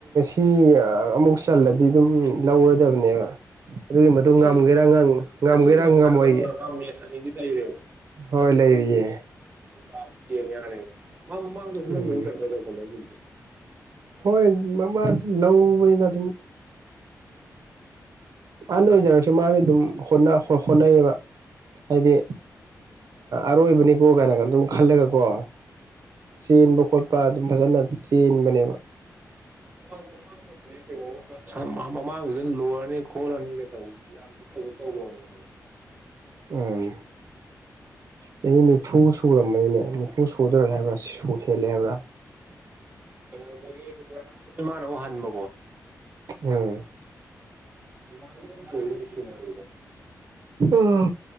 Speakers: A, on the right; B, on the right.
A: <unintelligible> ꯏ ꯑꯃꯨꯛ ꯆꯜꯂꯗꯤ ꯑꯗꯨꯝ ꯂꯧꯔꯗꯕꯅꯦꯕ ꯑꯗꯨꯒꯤ ꯃꯇꯨꯡ
B: ꯑꯁꯤ
A: ꯉꯝꯒꯦꯔꯥ ꯉꯝꯒꯦꯔꯥ
B: ꯑꯁꯤ ꯉꯝꯒꯗ꯭ꯔ
A: ꯉꯝꯃꯣꯏ
B: ꯉꯝꯃꯣꯏꯗ꯭ꯔ ꯃꯥ ꯃꯦꯠꯁ ꯑꯅꯤꯗꯤ ꯂꯩꯔꯦꯕ
A: ꯍꯣꯏ ꯂꯩꯥꯔꯤꯌꯦ
B: ꯑꯗꯨ ꯀꯥꯕꯗꯨ ꯌꯦꯡ ꯌꯥꯔꯦ ꯃꯥ ꯃꯃꯥꯡꯗꯁꯨ ꯂꯧꯈꯤꯕ
A: ꯎꯝ
B: ꯀꯩꯅꯣꯝ <unintelligible>
A: ꯍꯣꯏ ꯃꯃꯥ ꯗꯨꯝ ꯂꯧꯌꯦꯗ ꯑꯗꯨꯝ ꯑꯍꯟ ꯑꯣꯏꯖꯔꯁꯨ ꯃꯥꯗꯤ ꯑꯗꯨꯝ ꯍꯣꯠꯅ ꯍꯣꯠꯅꯩꯌꯦꯕ ꯍꯥꯏꯗꯤ ꯑꯔꯣꯏꯕꯅꯤꯀꯣ ꯀꯥꯏꯅꯒ ꯑꯗꯨꯝ ꯈꯜꯂꯒꯀꯣ ꯆꯦꯟꯕ ꯈꯣꯠꯄ ꯑꯗꯨꯝ ꯐꯖꯅ ꯆꯦꯟꯕꯅꯦꯕ
B: <unintelligible> ꯃꯃꯥꯡꯒꯤꯗ ꯂꯣꯏꯔꯅꯤ ꯈꯣꯠꯂꯅꯤ ꯀꯩ ꯇꯧꯕ <unintelligible>
A: ꯎꯝ ꯆꯍꯤ ꯅꯤꯐꯨ ꯁꯨꯔꯝꯃꯅꯤꯅꯦ ꯅꯤꯐꯨ ꯁꯨꯗꯣꯔꯦ ꯍꯥꯏꯕ꯭ꯔꯥ ꯁꯨ ꯍꯦꯜꯂꯦ ꯍꯥꯏꯕ꯭ꯔꯥ
B: <unintelligible> ꯏꯃꯥꯅ ꯑꯃꯨꯛ ꯍꯟꯕꯀꯣ
A: ꯎꯝ
B: <unintelligible>
A: ꯑꯥ